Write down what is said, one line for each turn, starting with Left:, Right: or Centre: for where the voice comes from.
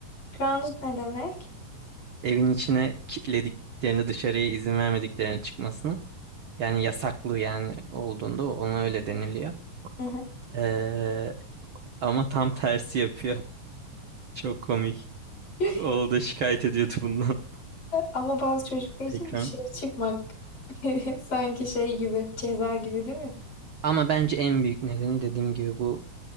Left: Grounded ne demek?
Right: evin içine kilitlediklerini, dışarıya izin vermediklerini çıkmasını. Yani yasaklı yani olduğunda ona öyle deniliyor.
Left: Hı hı.
Right: Ee, ama tam tersi yapıyor. <laughs> Çok komik.
Left: <laughs>
Right: Oğlu da şikayet ediyordu bundan
Left: Ama bazı çocuklar için
Right: <laughs> ekran.
Left: dışarı çıkmak <laughs> sanki şey gibi, ceza gibi değil mi?
Right: Ama bence en büyük nedeni dediğim gibi bu